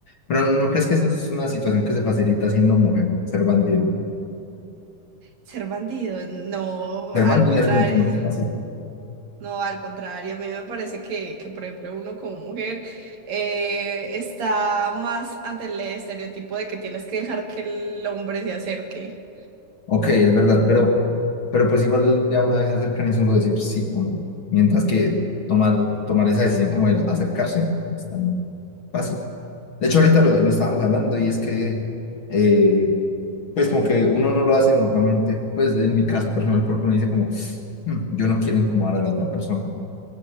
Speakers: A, on the left (about 40°); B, on the right (about 60°).
A: Pero ¿no crees que esa es una situación que se facilita siendo mujer, ser bandido?
B: Ser bandido, no,
A: Garbandia
B: al contrario,
A: es mucho más fácil.
B: no, al contrario, a mí me parece que, que por ejemplo, uno como mujer eh, está más ante el estereotipo de que tienes que dejar que el hombre se acerque.
A: Ok, es verdad, pero, pero pues igual ya una vez se acercan es solo decir pues, sí, con- mientras que tomar, tomar esa decisión como el acercarse es tan fácil. De hecho, ahorita lo, lo estábamos hablando y es que, eh, pues como que uno no lo hace normalmente, pues en mi caso personal, porque uno dice como, "Mm, yo no quiero incomodar a la otra persona.